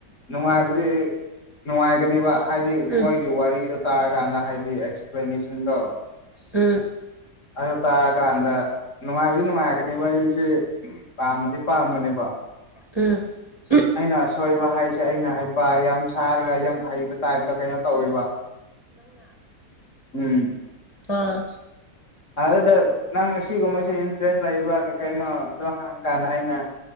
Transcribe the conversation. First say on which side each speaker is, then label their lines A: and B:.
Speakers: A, on the left (about 45°); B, on the left (about 15°).
A: ꯅꯨꯡꯉꯥꯏꯕꯗꯤ-ꯅꯨꯡꯉꯥꯏꯒꯅꯤꯕ ꯍꯥꯏꯗꯤ
B: ꯎꯝ
A: ꯃꯣꯏꯒꯤ ꯋꯥꯔꯤꯗꯣ ꯇꯥꯔ ꯀꯥꯟꯗꯍꯥꯏꯗꯤ ꯑꯦꯛꯁꯄ꯭ꯂꯦꯅꯦꯁꯟꯗꯣ
B: INAUDIBLE
A: ꯕꯗꯣ ꯇꯥꯔꯀꯥꯟꯗ ꯅꯨꯡꯉꯥꯏꯕꯗꯤ- ꯅꯨꯡꯉꯥꯏꯔꯛꯀꯅꯤꯕ ꯨꯑꯩꯖꯤ ꯄꯥꯝꯃꯗꯤ ꯄꯥꯝꯕꯅꯤꯕ
B: INAUDIBLE
A: ꯑꯩꯅ ꯑꯁꯣꯏꯕ ꯍꯥꯏꯁꯦ ꯑꯩꯅ ꯍꯩꯄꯥ ꯌꯥꯝ ꯁꯥꯔꯒ ꯌꯥꯝ ꯍꯩꯕ ꯇꯥꯏꯞꯇ ꯀꯩꯅꯣ ꯇꯧꯔꯤꯕ ꯎꯝ
B: ꯑꯥꯑꯥ
A: ꯑꯗꯨꯗ ꯅꯪ ꯑꯁꯤꯒꯨꯝꯕꯁꯦ ꯏꯟꯇꯔꯦꯁ ꯂꯩꯕ꯭ꯔ ꯀꯩ ꯀꯩꯅꯣ ꯑꯗꯣ ꯍꯪꯀꯥꯟꯗ ꯑꯩꯅ